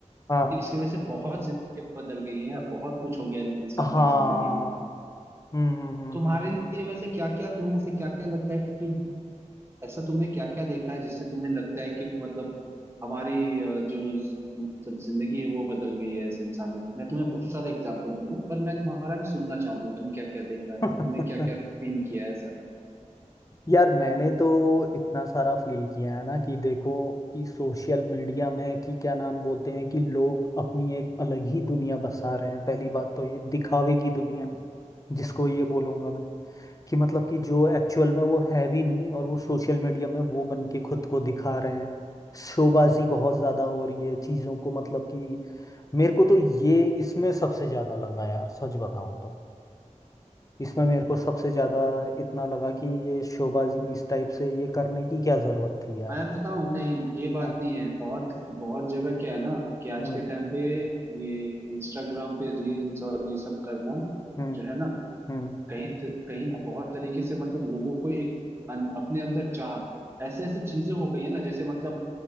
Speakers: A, on the left (about 30°); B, on the right (about 20°).
A: हाँ
B: इसकी वजह से बहुत जिंदगी बदल गई है यार बहुत कुछ हो गया है इंसान
A: हाँ
B: के जिंदगी में
A: हम्म हम्म हम्म
B: तुम्हारे
A: हम्म,
B: लिए वैसे क्या क्या तुम्हें ऐसे क्या क्या लगता है कि ऐसा तुमने क्या क्या देखा है जिससे तुम्हें लगता है कि मतलब हमारी अ, जो ज- मतलब जिंदगी है वो बदल गई है ऐसे इंसानों की मैं तुम्हें बहुत सारे एग्जाम्पल दूंगा पर मैं तुम्हारा भी सुनना चाहूंगा तुम क्या क्या देखा तुमने
A: हम्म।
B: क्या क्या फील किया है ऐसा
A: <laughs> यार मैंने तो इतना सारा फील किया है ना कि देखो कि सोशल मीडिया में कि क्या नाम बोलते हैं कि लोग अपनी एक अलग ही दुनिया बसा रहे हैं पहली बात तो ये दिखावे की दुनिया जिसको ये बोलूंगा मैं कि मतलब कि जो एक्चुअल में वो है भी नहीं और वो सोशल मीडिया में वो बन के खुद को दिखा रहे हैं शोबाजी बहुत ज़्यादा हो रही है चीज़ों को मतलब कि मेरे को तो ये इसमें सबसे ज़्यादा लगा यार सच बताऊं तो इसमें मेरे को सबसे ज़्यादा इतना लगा कि ये शोबाजी इस टाइप से ये करने की क्या ज़रूरत थी यार
B: मैं बताऊं नहीं ये बात
A: हाँ,
B: नहीं है बहुत बहुत जगह क्या है ना कि आज
A: हम्म
B: के टाइम पे ये इंस्टाग्राम पे रील्स और ये सब करना
A: हम्म
B: जो है ना
A: हम्म
B: कहीं त- कहीं ना बहुत तरीके से मतलब लोगों को एक अन, अपने अंदर चाह ऐसे ऐसे चीजें हो गई है ना जैसे मतलब